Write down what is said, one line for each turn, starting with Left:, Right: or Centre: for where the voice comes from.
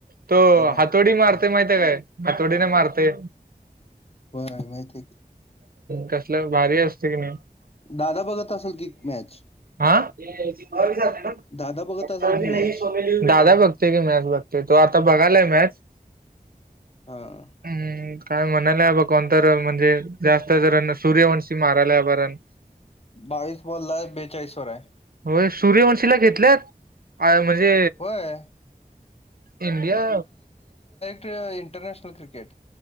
Right: तो
Left: लई भारी
Right: हातोडी मारतोय माहितेय काय हातोडीने मारतो. ते
Left: होय माहिती आहे की
Right: कसलं भारी असते कणी.
Left: दादा बघत असेल की मॅच
Right: आ.. <unintelligible>
Left: दादा बघत असेल की मॅच
Right: <unintelligible> दादा बघतोय की मॅच बघतोय. तो आता बघालाय मॅच.
Left: हा.
Right: हम्म काय म्हणाला बघ कोणतर म्हणजे जास्त जर सूर्यवंशी माराला बग रन.
Left: बावीस बोलाय बेचाळीसं वर आहे.
Right: व्हय सूर्यवंशीला घेतल्यात? हाय म्हणजे
Left: होय
Right: इंडिया
Left: ते इंटरनॅशनल क्रिकेट.